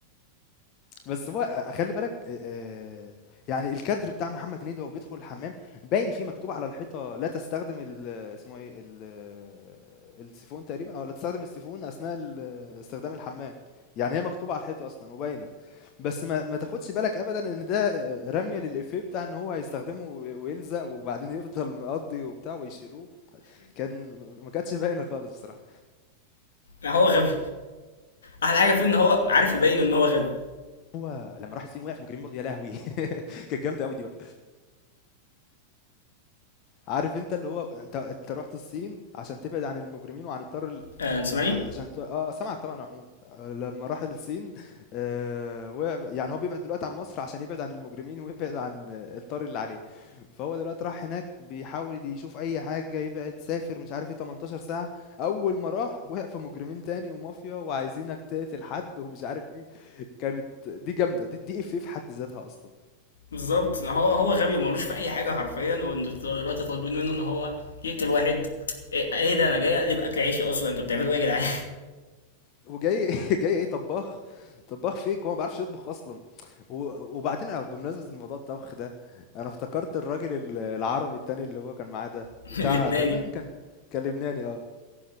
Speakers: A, on the left; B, on the left.
A: بس هو خلّي بالك آآ يعني الكادر بتاع محمد هنيدي وهو بيدخل الحمام باين فيه مكتوب على الحيطة لا تستخدم ال اسمه إيه، ال السيفون تقريبًا آه، لا تستخدم السيفون أثناء ال استخدام الحمام، يعني هي مكتوبة على الحيطة أصلًا وباينة، بس ما ما تاخدش بالك أبدًا إن ده آه، رمية للإيفيه بتاع إن هو هيستخدمه و ويلزق وبعدين يفضل مقضّي وبتاع ويشيلوه، كان ما كانتش باينة خالص بصراحة.
B: هو غبي احلى حاجه فيه ان هو عارف يبين ان هو غبي
A: وهو لمّا راح الصين وقع في مجرمين برضه، يا لهوي! <laughs> كانت جامده قوي دي بقى عارف انت اللي هو انت انت رحت الصين عشان تبعد عن المجرمين وعن الطار ال...
B: آه، انت سامعني
A: عشان ت... اه سامعك طبعا يا محمود آه، لما راح الصين آه وقع يعني هو بيبعد دلوقتي عن مصر عشان يبعد عن المجرمين ويبعد عن آه، الطار اللي عليه فهو دلوقتي راح هناك بيحاول يشوف اي حاجه يبعد سافر مش عارف ايه 18 ساعه اول ما راح وقع في مجرمين تاني ومافيا وعايزينك تقتل حد ومش عارف ايه كانت دي جامده دي, دي اف في حد ذاتها اصلا
B: بالظبط هو هو غبي وملوش في اي حاجه حرفيا وانتوا دلوقتي طالبين منه ان هو يقتل واحد ايه إيه ده انا جاي اقلب اكل عيشي اصلا انتوا بتعملوا ايه يا جدعان
A: وجاي <laughs> جاي إيه طباخ طباخ فيك هو ما بيعرفش يطبخ أصلًا، و وبعدين أنا بمناسبة الموضوع الطبخ ده، أنا افتكرت الراجل ال العربي التاني اللي هو كان معاه ده،
B: <laughs>
A: بتاع
B: اللبناني
A: تقريبًا كان كان لبناني آه،